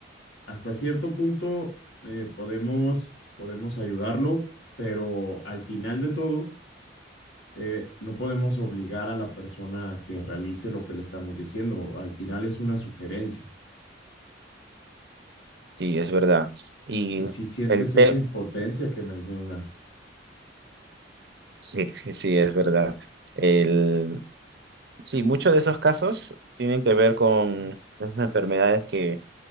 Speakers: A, on the left (about 80°); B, on the right (about 55°).
A: hasta cierto punto eh, podemos, podemos ayudarlo, pero al final de todo, eh, no podemos obligar a la persona a que realice lo que le estamos diciendo. Al final es una sugerencia.
B: Sí, es verdad. Y
A: Y si sientes
B: el tema,
A: esa impotencia que mencionas,
B: sí, <laughs> sí, es verdad. El, sí, muchos de esos casos tienen que ver con esas enfermedades que